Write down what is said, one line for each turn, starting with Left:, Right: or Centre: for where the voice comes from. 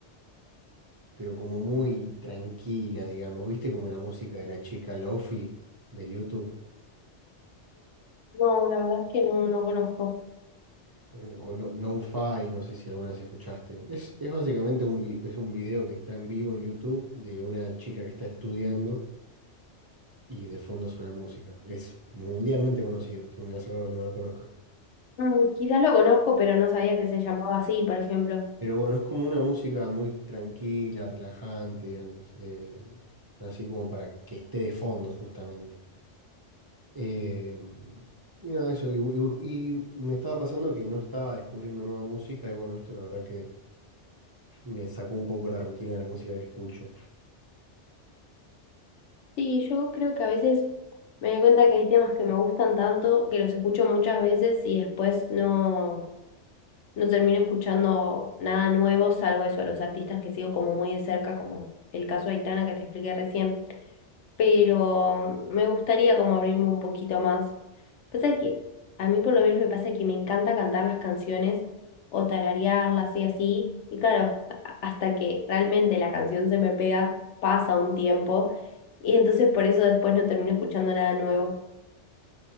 Right: pero como muy tranquila, digamos, ¿viste? Como la música de la chica Lofi de YouTube.
Left: No, la verdad es que no, no conozco.
Right: eh, o lo- Lo-Fi, no sé si alguna vez escuchaste. Es, es básicamente un, vi- es un video que está en vivo en YouTube de una chica que está estudiando y de fondo suena música. Es mundialmente conocido, se me hace raro que no lo conozcas.
Left: Mm, quizás lo conozco, pero no sabía que se llamaba así, por ejemplo.
Right: Pero bueno, es como una música muy tranquila, relajante, digamos, eh, así como para que esté de fondo justamente. Eh, y nada, eso, y, y- y me estaba pasando que no estaba descubriendo nueva música y bueno, esto la verdad que me sacó un poco la rutina de la música que escucho.
Left: Sí, yo creo que a veces me doy cuenta que hay temas que me gustan tanto, que los escucho muchas veces y después no, no termino escuchando nada nuevo, salvo eso, a los artistas que sigo como muy de cerca, como el caso de Aitana que te expliqué recién. pero me gustaría como abrirme un poquito más. Pasa que a mí por lo menos me pasa que me encanta cantar las canciones o tararearlas y así, y claro, a- hasta que realmente la canción se me pega, pasa un tiempo, y entonces por eso después no termino escuchando nada nuevo.